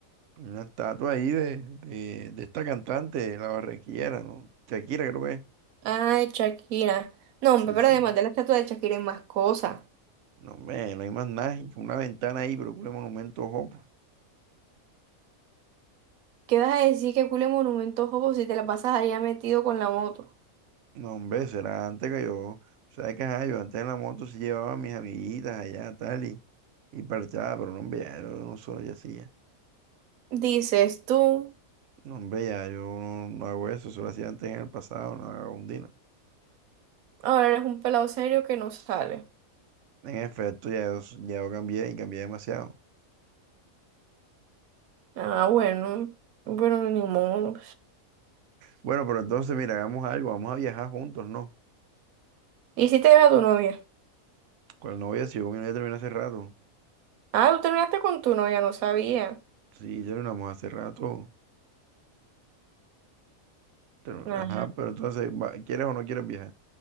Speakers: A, on the right; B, on the right.
A: una estatua ahí de, de, de esta cantante, la barranquillera, ¿no? Shakira creo que es.
B: Ah, de Shakira. No,
A: Sí,
B: hombre, pero
A: sí.
B: además de la estatua de Shakira hay más cosas.
A: No, hombre, no hay más nada, una ventana ahí, pero un monumento, ojo. pues.
B: ¿Qué vas a decir que cule monumentos, jopo, si te la pasas allá metido con la moto?
A: No, hombre, será antes que yo. Sabes que ajá, yo antes en la moto sí llevaba a mis amiguitas allá, tal, y, y parchaba, pero no, hombre, ya yo no soy así ya.
B: Dices tú,
A: No, hombre, ya yo no, no hago eso, eso lo hacía antes en el pasado, no hago un dino.
B: ahora eres un pelado serio que no sale.
A: En efecto, ya yo, s- ya yo cambié y cambié demasiado.
B: Ah, bueno, bueno, ni modo.
A: Bueno, pero entonces, mira, hagamos algo, vamos a viajar juntos, ¿no?
B: ¿Y si te era tu novia?
A: Con la novia, si yo con mi novia terminé hace rato.
B: Ah, tú terminaste con tu novia, no sabía.
A: Sí, terminamos hace rato. pero-
B: Ah,
A: Ajá, pero entonces, va- ¿quieres o no quieres viajar?